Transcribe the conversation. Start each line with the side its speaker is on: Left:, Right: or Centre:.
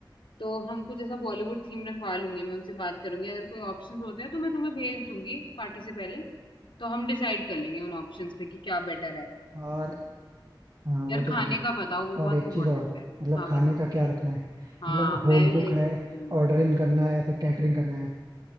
Left: तो हम कुछ ऐसा बॉलीवुड थीम रखवा लूंगी मैं उनसे बात करूंगी अगर कोई ऑप्शंस होते हैं तो मैं तुम्हें भेज दूंगी पार्टी से पहले तो हम डिसाइड कर लेंगे उन ऑप्शंस पे कि क्या बेटर है
Right: और हाँ वो
Left: यार
Right: तो
Left: खाने
Right: ठीक है
Left: का बताओ वो बहुत
Right: और एक
Left: इंपॉर्टेंट
Right: चीज और
Left: है
Right: मतलब
Left: हाँ
Right: खाने
Left: बताओ
Right: का क्या रखना है
Left: हाँ
Right: मतलब
Left: मैं
Right: होम
Left: भी
Right: कुक
Left: यही
Right: है
Left: पूछ रही हूँ
Right: ऑर्डर इन करना है या फिर कैटरिंग करना है